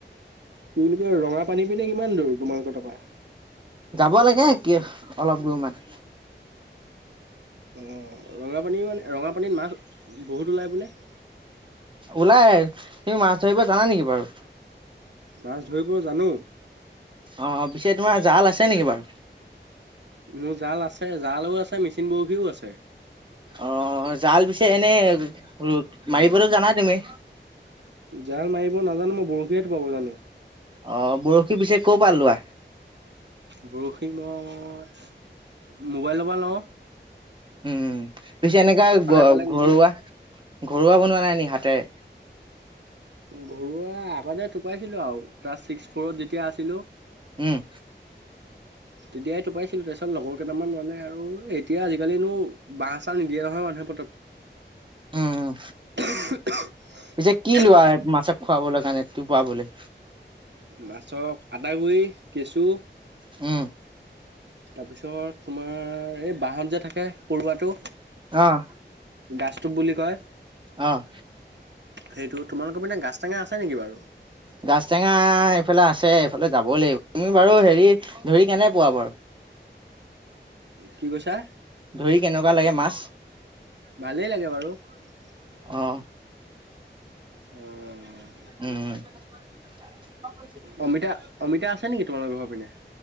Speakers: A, on the right; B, on the right.
A: কি বুলি কয় ৰঙাপানী পিনে কি কিমান দূৰ তোমালোকৰ তাপা
B: যাব লাগে কি অলপ দূৰমান।
A: অঁ ৰঙাপানী মানে, ৰঙাপানীত মাছ বহুত ওলায় বোলে?
B: ওলাই। তুমি মাছ ধৰিব জানা নেকি বাৰু?
A: মাছ ধৰিব জানো।
B: অ পিছে তোমাৰ জাল আছে নেকি বাৰু?
A: মোৰ জাল আছে। জালও আছে, মেচিন বৰশীও আছে।
B: আহ! জাল পিছে এনেই মাৰিবতো জানা তুমি?
A: জাল মাৰিব নাজানো, মই বৰশীহে টোপাব জানো।
B: অ বৰশী পিছে ক'ৰ পৰা লোৱা?
A: বৰশী মই মোবাইলৰ পৰা ল‌ও‍ঁ।
B: উম পিছে এনেকা পিছে
A: পালে
B: ঘৰুৱা,
A: নিজে
B: <inaudible> ঘৰুৱা বনোৱা নাই নেকি হাতেৰে?
A: ঘৰুৱা আগতে টোপাইছিলো আৰু ক্লাছ ছিক্স-ফৰত যেতিয়া আছিলো।
B: উম!
A: তেতিয়াই টোপাইছিলো, তাৰপিছত লগৰকেইটামান মানে আৰু এতিয়া আজিকালিনো বাঁহ-চাহ নিদিয়ে নহয় মানুহে
B: উম, উম,
A: <unintelligible>
B: পিছে
A: <unintelligible>
B: কি লোৱা মাছক খোৱাবলৈ কাৰণে, টোপাবলৈ?
A: মাছক আটাগুড়ি, কেঁচু।
B: উম!
A: তাৰপিছত তোমাৰ এই বাহত যে থাকে পৰুৱাটো?
B: অঁ!
A: গাষ্টুপ বুলি কয়।
B: আহ!
A: সেইটো, তোমালোকৰ মানে গাজটেঙা আছে নেকি বাৰু?
B: গাজটেঙা এইফালে আছে এইফালে যাবই লাগিব। তুমি বাৰু হেৰি <unintelligible> ধৰি কেনে পোৱা বাৰু?
A: কি কৈছা
B: ধৰি কেনেকুৱা লাগে মাছ?
A: ভালেই <inaudible>
B: আহ!
A: উম!
B: উম!
A: অমিতা অমিতা আছে নেকি তোমালোকৰ ঘৰৰ পিনে